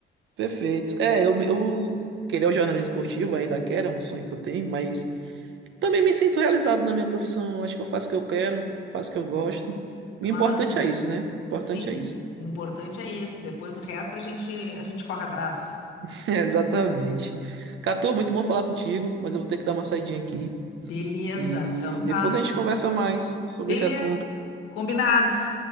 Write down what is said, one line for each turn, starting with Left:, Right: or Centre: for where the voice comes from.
Right: perfeito. É, eu, eu queria o jornalismo esportivo, ainda quero, é um sonho que eu tenho, mas também me sinto realizado na minha profissão. Eu Acho que eu faço o que eu quero, faço o que eu gosto.
Left: Claro,
Right: E o importante é isso, né? O importante
Left: sim.
Right: é isso.
Left: O importante é isso. Depois o resto a gente, a gente corre atrás.
Right: <laughs> Exatamente. Catu, muito bom falar contigo, mas eu vou ter que dar uma saidinha aqui.
Left: Beleza,
Right: E
Left: então tá.
Right: depois a gente conversa mais sobre
Left: Beleza.
Right: esse assunto,
Left: Combinado.